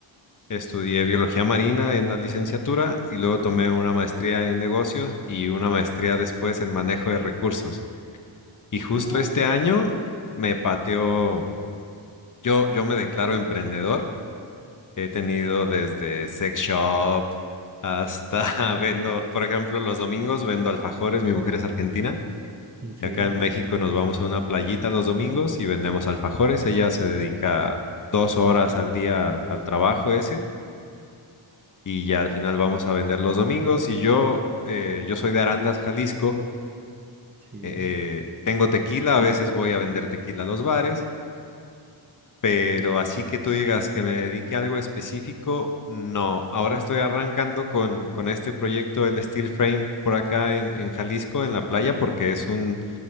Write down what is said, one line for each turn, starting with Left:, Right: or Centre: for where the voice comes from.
Left: Estudié biología marina en la licenciatura y luego tomé una maestría en negocios y una maestría después en manejo de recursos. Y justo
Right: <laughs>
Left: este año me pateó, yo, yo me declaro emprendedor. He tenido desde sex shop hasta <laughs> vendo, por ejemplo, los domingos vendo alfajores, mi mujer es argentina Y
Right: Sí,
Left: acá en México nos vamos a una playita los domingos y vendemos alfajores. Ella se dedica dos horas al día al, al trabajo ese y ya al final vamos a vender los domingos. Y yo, eh, yo soy de Arandas, Jalisco.
Right: sí.
Left: eh, tengo tequila, a veces voy a vender tequila a los bares, pero así que tú digas que me dedique a algo específico, no. Ahora estoy arrancando con, con este proyecto, el Steel Frame, por acá en, en Jalisco, en la playa, porque es un